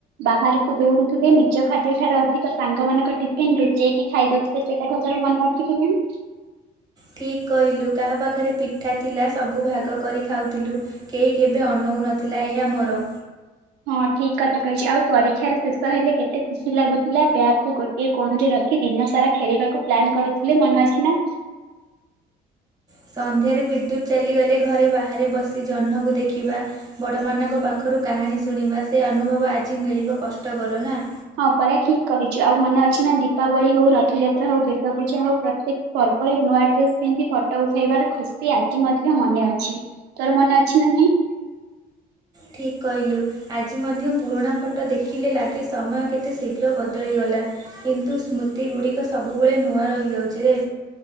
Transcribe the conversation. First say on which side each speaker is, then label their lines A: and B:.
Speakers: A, on the right; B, on the right.
A: ବାହାର କୁ ଦୌଡୁଥିଲେ ନିଜ ଖାଦ୍ୟ ଠାରୁ ଅଧିକ ତ ସାଙ୍ଗମାନାନଙ୍କ ଟିଫିନ୍ ଲୁଚେଇକି ଖାଇଦଉଥିଲେ ସେଇଟା କଥା ମନେ ଅଛି କି ନାହିଁ?
B: ଠିକ କହିଲୁ, କାହା ପାଖରେ ପିଠା ଥିଲା ସବୁ ଭାଗ କରି ଖାଉଥିଲୁ। କେହି କେବେ ଅନଉ ନଥିଲା ଏହା ମୋର।
A: ହଁ ଠିକ କଥା କହିଛି ଆଉ ପରୀକ୍ଷାର ଶେଷ ହେଲେ କେତେ ଖୁସି ଲାଗୁଥିଲା ବ୍ୟାଗକୁ ଗୋ ଇ କୋଣରେ ରଖି ଦିନ ସାରା ଖେଳିବାକୁ ପ୍ଲାନ୍ କରୁଥିଲେ ମନେ ଅଛି ନା?
B: ସନ୍ଧ୍ୟାରେ ବିଦ୍ୟୁତ୍ ଚାଲିଗଲେ ଘରେ ବାହାରେ ବସି ଜହ୍ନକୁ ଦେଖିବା। ବଡ଼ମାନଙ୍କ ପାଖରୁ କାହାଣୀ ଶୁଣିବା ସେ ଅନୁଭବ ଆଜି ମିଳିବ କଷ୍ଟକର ନା?
A: ହଁ ପରା ଠିକ କହିଛୁ ଆଉ ମନେ ଅଛି ନା ଦୀପାବଳି ହଉ ରଥଯାତ୍ରା ହଉ ଦୁର୍ଗା ପୂଜା ହଉ ପ୍ରତ୍ୟେକ- ପର୍ବରେ ନୂଆ ଡ୍ରେସ ପିନ୍ଧି ଫଟୋ ଉଠେଇବାର ଖୁସି ଆଜି ମଧ୍ୟ ମନେ ଅଛି। ତୋର ମନେ ଅଛି ନା ନାଇଁ?
B: ଠିକ କହିଲୁ। ଆଜି ମଧ୍ୟ ପୁରୁଣା ଫଟୋ ଦେଖିଲେ ଲାଗେ ସମୟ କେତେ ଶୀଘ୍ର ବଦଳିଗଲା। କିନ୍ତୁ ସ୍ମୃତି ଗୁଡ଼ିକ ସବୁବେଳେ ନୂଆ ରହିଯାଉଛି ରେ।